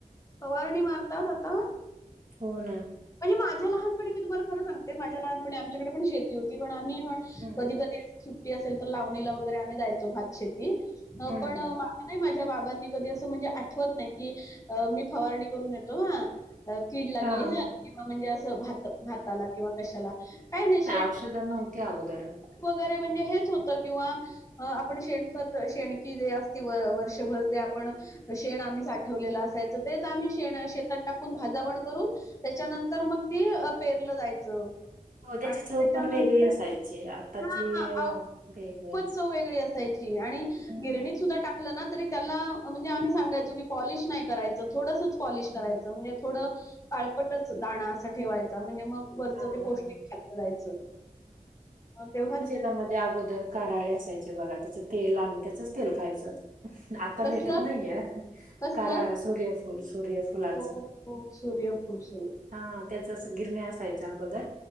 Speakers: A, on the left; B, on the right.
A: फवारणी मारतात आता
B: होन.
A: म्हणजे माझ्या लहानपणी मी तुम्हाला खर सांगते माझ्या लहानपणी आमच्याकडे पण शेती होती पण आम्ही ह
B: हम्म
A: कधी, कधी अस सुट्टी असेल तर लावणीला वगैरे आम्ही जायचो भात शेती
B: हम्म
A: पण नाही
B: हम्म.
A: माझ्या बाबांनी कधी असं म्हणजे आठवत नाही की मी फवारणी करून येतो हा कीड लागली
B: हा
A: ह
B: हा
A: किंवा म्हणजे असं भात, भात किंवा कशाला काय नाही शे
B: औषधं नव्हती अगोदर.
A: वगैरे म्हणजे हेच होतं किंवा अ आपण शेणखत शेणकी जे असती वर्षभर जे आपण शेण आम्ही साठवलेलं असायचं तेच आम्ही शेण शेतात टाकून भाजावण करून त्याच्यानंतर मग ती पेरलं जायचं.
B: हो त्याची
A: आणि
B: चव
A: त्याच्यानंतर
B: पण वेगळी असायची आताची
A: हा <inaudible>
B: वेगळाच.
A: खूपच चव वेगळी असते. असायची आणि
B: हम्म
A: गिरणी सुद्धा टाक टाकल ना तरी त्याला म्हणजे आम्ही सांगायचो की पॉलिश नाही करायचं थोडस पॉलिश
B: हम्म.
A: करायचं म्हणजे थोडं काळपटच दाणा असा ठेवायचा म्हणजे मग वरचं
B: हा
A: ते पौष्टिक
B: हा.
A: ते खोलायच मग तेव्हा ते
B: त्यामध्ये अगोदर काराळे असायचे बघा त्याच तेल आम्ही त्याचच तेल खायचो आता
A: कसलं
B: भेटत नाहीय
A: कसलं
B: कराळ सूर्यफुल, सूर्यफुलाच
A: हो, हो सूर्यफुल स
B: हा त्याच अस गिरण्या असायच्या अगोदर